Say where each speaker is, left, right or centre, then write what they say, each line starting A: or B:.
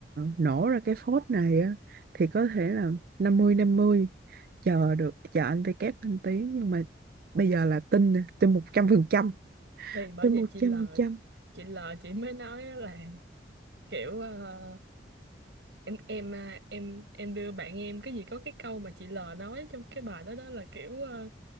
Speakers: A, on the right; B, on the right.
A: nổ ra cái phốt này á thì có thể là năm mươi năm mươi chờ được chờ anh với kép lên tiếng nhưng mà bây giờ là tin nè, tin 100%,
B: thì bởi
A: tin
B: vậy
A: một
B: chị
A: trăm
B: L
A: phần trăm.
B: chị L chị mới nói á là kiểu ờ, em em à, em em đưa bạn em cái gì có cái câu mà chị L nói trong cái bài đó đó là kiểu ờ,